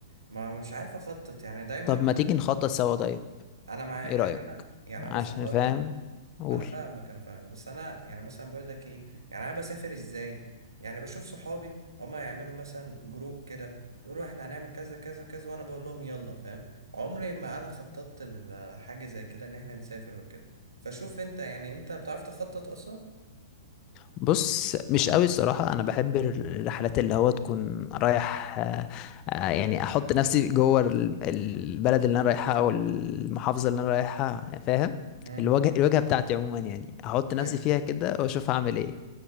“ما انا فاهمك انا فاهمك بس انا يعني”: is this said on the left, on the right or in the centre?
Right